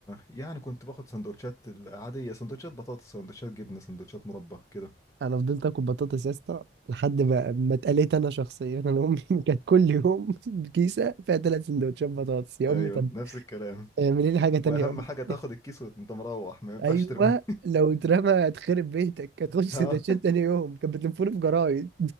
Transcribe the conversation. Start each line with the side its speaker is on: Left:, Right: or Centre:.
Left: يعني كنت باخد سندوتشات العادية سندوتشات بطاطس سندوتشات جبنة سندوتشات مربى كده
Right: انا فضلت اكل بطاطس يا اسطى لحد ما ما اتقليت انا شخصيا انا امي <laughs> كانت كل يوم كيسه فيها ثلاث سندوتشات بطاطس يا
Left: ايوه
Right: امي طب
Left: نفس الكلام
Right: اعملي لي حاجه تانية
Left: واهم
Right: يا امي
Left: حاجة تاخد
Right: <laughs>
Left: الكيس وانت مروح ما ينفعش
Right: ايوه
Left: ترميه
Right: لو اترمى هتخرب بيتك هتخش سندوتشات
Left: <laughs> اه
Right: تاني يوم كانت بتلفوني في جرايد